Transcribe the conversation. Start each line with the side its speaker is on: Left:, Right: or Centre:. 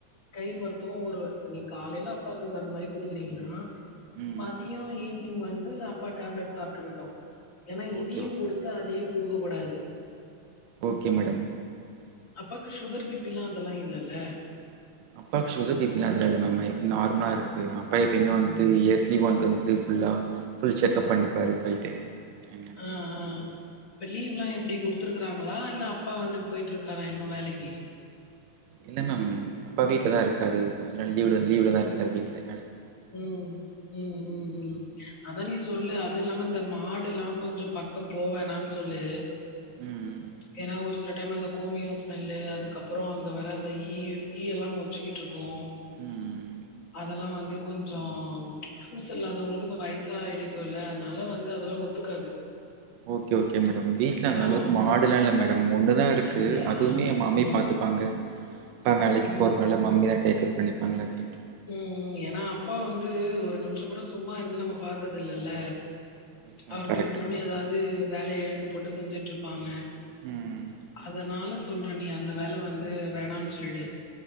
Left: கை மருத்துவம் ஒரு நீ காலையில அப்பாக்கு அந்த மாதிரி குடுக்குறீங்கன்னா
Right: ம்
Left: மதியம் ஈவினிங் வந்து அப்பா டேப்லெட் சாப்பிட்டுக்கிட்டும் ஏன்னா இதையும்
Right: ஓகே ஓகே
Left: கொடுத்து அதையும் கொடுக்க கூடாது
Right: ஓகே மேடம்
Left: அப்பாக்கு சுகர் பிப்பீலாம் அதெல்லாம் இல்லல்ல
Right: அப்பாக்கு சுகர் பீபிலாம் அதுலாம் இல்ல மேம் நைட்டு நார்மலா இருக்கு எல்லாம் எப்பையுமே வந்துட்டுஇயர்லி
Left: ம்.
Right: ஒன்ஸ் ஃபுல்லா புல் செக்கப் பண்ணிப்பாரு போயிட்டு என்ன
Left: ஆ,
Right: பிரச்சனை
Left: ஆ.
Right: சொல்லிப்பாரு
Left: இப்ப லீவ்லா எப்படி குடுத்திருக்காங்களா இல்ல அப்பா வந்து போயிட்டிருக்காரா இன்னும் வேலைக்கி
Right: இல்ல மேம் அப்பா வீட்லதா இருக்காரு கொஞ்ச நாள் லீவு லீவுதா இருக்காரு வீட்டல
Left: ஹம் ஹம் உம் உம் அதா நீ சொல்லு அது இல்லாம இந்த மாடு எல்லாம் கொஞ்சம் பக்கம் போவேணானு சொல்லு
Right: ம்
Left: ஏன்னா ஒரு சில டைம் அந்த கோமியோம் ஸ்மெல்லு அதுக்கப்புறம் அங்க வர அந்த ஈ ஈய எல்லாம் மொச்சுக்கிட்டு இருக்கும்
Right: ம்
Left: அதெல்லாம் வந்து கொஞ்சம் கூச்சம் இல்லாதவங்களுக்கு இப்ப வயசாயிடிக்கும்லல அதனால வந்து அதெல்லாம் ஒத்துக்காது
Right: ஓகே ஓகே மேடம் வீட்டுல
Left: ஏன்னா
Right: அந்த அளவுக்கு மாடுல்லாம் இல்ல மேடம் ஒண்ணுதா இருக்கு
Left: அப்டியா?
Right: அதுவுமே மம்மி
Left: ம்,
Right: பாத்துப்பாங்க நா வேலைக்கு
Left: ம்,
Right: போறதுனால மம்மி டேக் கேர் பண்ணிப்பாங்களா தின்
Left: உஹம் ஏன்னா அப்பா வந்து ஒரு நிமிஷம் கூட சும்மா இருந்து நம்ம பாத்தது இல்லல்ல
Right: எஸ் மேம்
Left: அவரு
Right: கரெக்ட்
Left: துருதுருன்னு எதாவது வேலைய இழுத்து போட்டு செஞ்சுட்டுருப்பாங்க
Right: ம்
Left: அதனால சொல்றேன் நீ அந்த வேல வந்து வேணானு சொல்லிடு